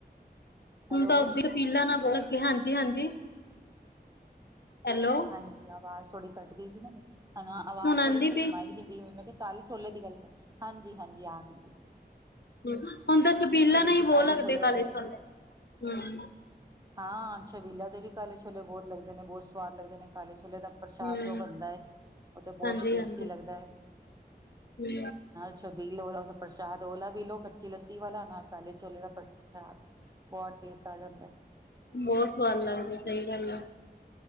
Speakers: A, on the right (about 20°); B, on the left (about 75°).
A: ਹੈਲੋ
B: ਹੁਨੂੰ ਤਾਂ ਅੱਦੀ ਅਪੀਲਾਂ ਨਾਲ ਬੋ ਅੱਗੇ ਹਾਂਜੀ ਹਾਂਜੀ ਹੈਲੋ।
A: ਹਾਂਜੀ ਆਵਾਜ਼ ਥੋੜੀ ਕਟ ਗਈ ਸੀ ਨਾ ਹਨਾ ਆਵਾਜ਼
B: ਹੁਣ ਆਂਦੀ
A: ਥੋੜੀ ਮੈਨੂੰ ਸੁਣਾਈ ਨੀ ਪਈ ਮੈਂ ਕਿਹਾ ਕਾਲੇ ਛੋਲੇ ਦੀ ਗੱਲ ਕਰੀ ਹਾਂਜੀ ਹਾਂਜੀ ਆ ਗਈ ਜੀ।
B: ਹੂੰ ਹੁਣ ਤਾਂ ਛਬੀਲਾ
A: ਉਹੀ
B: ਨਾ
A: ਤੁਸੀਂ
B: ਹੀ ਬਹੁਤ
A: ਕਾਲੇ
B: ਲੱਗਦੇ
A: ਛੋਲੇ ਦਾ
B: ਕਾਲੇੇ
A: ਕਹਿ ਰਹੇ
B: ਛੋਲੇ।
A: ਹਾਂ ਛਬੀਲਾ ਦੇ ਵੀ ਕਾਲੇ ਛੋਲੇ ਬਹੁਤ ਲੱਗਦੇ ਨੇ ਬਹੁਤ ਸਵਾਦ ਲੱਗਦੇ ਨੇ ਖਾਲੇ ਛੋਲੇ ਦਾ ਪ੍ਰਸ਼ਾਦ
B: ਹੂੰ
A: ਜੋ ਬਣਦਾ ਐ ਉਹ ਤਾਂ ਬਹੁਤ
B: ਹਾਂਜੀ
A: ਈ ਟੇਸਟੀ
B: ਹਾਂਜੀ
A: ਲੱਗਦਾ ਐ।
B: ਹੂੰ।
A: ਛੱਬੀਲ ਆਲਾ ਪ੍ਰਸ਼ਾਦ ਉਹਾ ਵੀ ਲੋਓ ਕੱਚੀ ਲੱਸੀ ਵਾਲਾ ਨਾ ਕਾਲੇ ਛੋਲੇ ਦਾ ਪ੍ਰਸ਼ਾਦ। ਹਾਂ ਬਹੁਤ ਟੇਸਟ ਆ ਜਾਂਦਾ।
B: ਬਹੁਤ ਸਵਾਦ ਲੱਗਦਾ ਸਹੀ ਗੱਲ ਆ